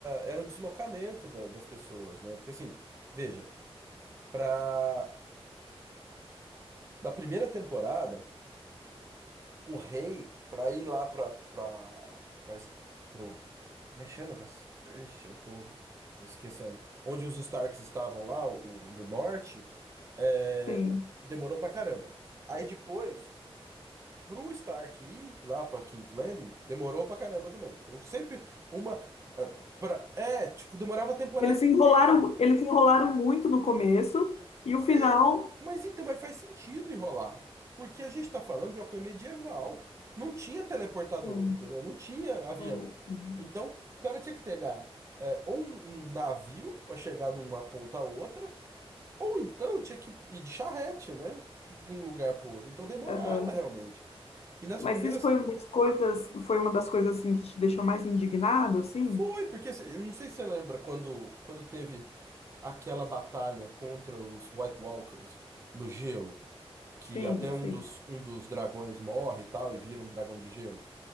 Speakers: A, on the right; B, on the left.
A: era o deslocamento da- das pessoas, né? Porque assim, veja, pra, na primeira temporada, o rei, pra ir lá pra, pra, pra, es- pro, como é que chama? Cass? Ixi, eu tô, tô esquecendo. Onde os Starks estavam lá, o- no norte. É,
B: Sim.
A: demorou pra caramba. Aí depois, pro Stark ir lá pra King's Landing, demorou pra caramba também. Então sempre uma. ah, pra- é, tipo, demorava a temporada
B: Eles se
A: inteira.
B: enrolaram, eles se enrolaram muito no começo e o final.
A: É, Mas então, mas faz sentido enrolar. Porque a gente tá falando de uma coisa medieval. Não tinha teleportador,
B: Hum,
A: entendeu? Não tinha avião.
B: hum, hum,
A: Então, o cara tinha que pegar é, ou um, um navio pra chegar de uma ponta a outra, Ou então tinha que ir de charrete, né? De um lugar pro outro. Então demorava
B: aham.
A: realmente. E nas
B: Mas
A: primeiras.
B: isso foi uma das coisas, foi uma das coisas assim que te deixou mais indignado, assim?
A: Foi, porque cê- eu não sei se você lembra quando, quando teve aquela batalha contra os White Walkers no gelo, que
B: Sim,
A: até um
B: sim.
A: dos, um dos dragões morre e tal, e vira um dragão de gelo.